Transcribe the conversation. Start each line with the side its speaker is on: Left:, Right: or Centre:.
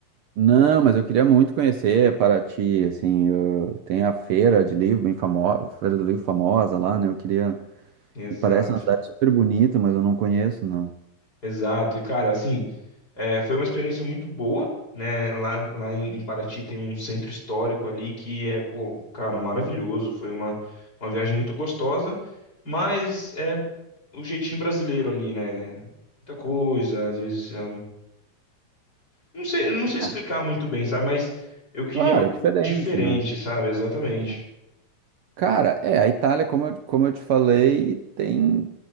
Right: Não, mas eu queria muito conhecer Paraty, assim, eu- tem a feira de livro bem famosa, feira do livro famosa lá, né? Eu queria
Left: Exato,
Right: E parece uma cidade super bonita, mas eu não conheço, não.
Left: exato. E cara, assim, é, foi uma experiência muito boa, né? Lá, lá em, em Paraty tem um centro histórico ali que é, pô, cara, maravilhoso. Foi uma, uma viagem muito gostosa, mas é o jeitinho brasileiro ali, né? Muita coisa, às vezes é Não sei, eu não sei explicar
Right: Ah,
Left: muito bem, sabe? Mas eu queria
Right: claro,
Left: algo
Right: é diferente,
Left: diferente,
Right: né?
Left: sabe? Exatamente.
Right: Sim. Cara, é, a Itália, como eu, como eu te falei, tem.